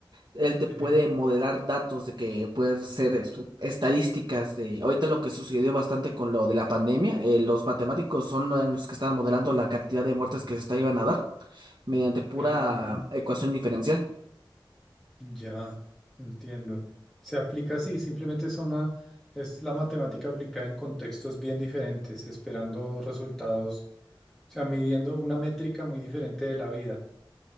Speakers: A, on the right (about 55°); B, in the centre.
A: él te
B: sí.
A: puede modelar datos de que pueden ser es- estadísticas de ahorita lo que sucedió bastante con lo de la pandemia, eh, los matemáticos son lo- los que están modelando la cantidad de muertes que se está iban a dar mediante pura
B: Ah.
A: ecuación diferencial.
B: Ya, entiendo. Se aplica así, simplemente es una, es la matemática aplicada en contextos bien diferentes, esperando resultados, o sea, midiendo una métrica muy diferente de la vida.